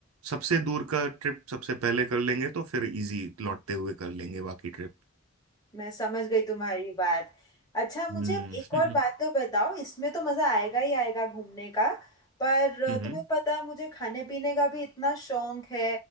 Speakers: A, on the right (about 80°); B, on the left (about 15°).
A: सबसे दूर का ट्रिप सबसे पहले कर लेंगे तो फिर इजी लौटते हुए कर लेंगे बाकी ट्रिप।
B: मैं समझ गई तुम्हारी बात अच्छा मुझे
A: हम्म
B: अब एक और बात तो बताओ इसमें तो मज़ा आएगा ही आएगा घूमने का पर अ,
A: हम्म
B: तुम्हें पता है मुझे खाने पीने का भी इतना शौक है